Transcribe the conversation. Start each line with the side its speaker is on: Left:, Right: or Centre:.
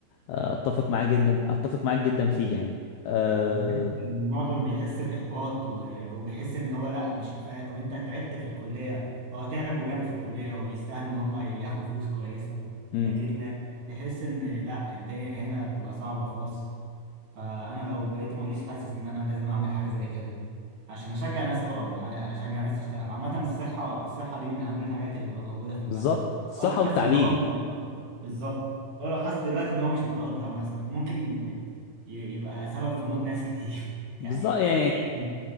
Left: آه، اتفق معاه جدا اتفق معاك جدا فيه يعني أه...
Right: انا بحس إن معظم بيحس باحباط و- وبيحس ان هو لا مش كفايه طب انت تعبت في الكليه هو تعبوا جامد في الكليه ويستاهلوا ان هم ياخدوا فلوس كويسه
Left: أمم،
Right: لكن تحس ان لا الدنيا هنا بتبقى صعبه في مصر فانا لو بقيت رئيس حاسس ان انا لازم اعمل حاجه زي كده عشان اشجع ناس تقعد آه، اشجع ناس تشتغل عامه الصحه الصحه دي من اهم الحاجات اللي تبقى موجوده في البلد
Left: بالظبط الصحة
Right: هو لو
Left: والتعليم
Right: حاسس ان هو مش متقدر بالظبط هو لو حاسس دلوقتي ان هو مش متقدر مثلا ممكن ي- يبقى سبب في موت ناس كتير <laughs>
Left: بالظبط
Right: يعني
Left: يعني
Right: هيعمل